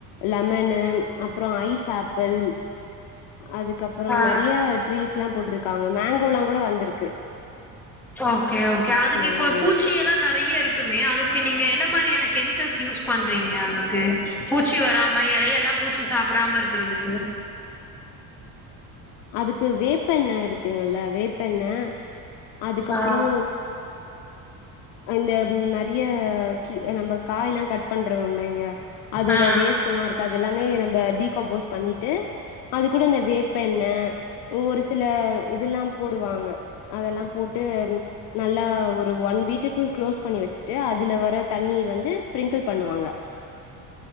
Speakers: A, on the left (about 75°); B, in the centre.
A: லெமனு அப்றோ ஐஸ் ஆபிள் அதுக்கப்றோ
B: ஆ
A: நெறயா ட்ரீஸ் லா போட்ருக்காங்க மேங்கோ லா கூட வந்துருக்கு
B: ஓகே ஓகே அதுக்கு
A: மேங்கோ
B: இப்ப பூச்சி எல்லா நெறைய இருக்கு மே அதுக்கு நீங்க என்ன மாரியான கெமிகல்ஸ் யூஸ் பண்றீங்க அதுக்கு பூச்சி வராம எலையெல்லா பூச்சி சாப் படாம இருக்குறதுக்கு
A: அதுக்கு வேப்பெண்ண இருக்குங்ல்ல வேப்ப எண்ண அதுக்கப்றோ
B: ஆ
A: அந்த ம் நெறைய கி நம்ப காய் லா கட் பண்றோல இங்க அதோட
B: ஆ
A: வேஸ்ட்
B: ஆ
A: லா இருக்கு அது எல்லாமே நம்ப டிகம்போஸ் பண்ணிட்டு அது கூட இந்த வேப் பெண்ணு ஒரு சில அ இதெல்லா போடுவாங்க அதெல்லா போட்டு நல்லா ஒரு ஒன் வீக்குக்கு க்ளோஸ் பண்ணி வச்சுட்டு அதுல வர தண்ணி வந்து ஸ்பிரிங்கிள் பண்ணுவாங்க ஹ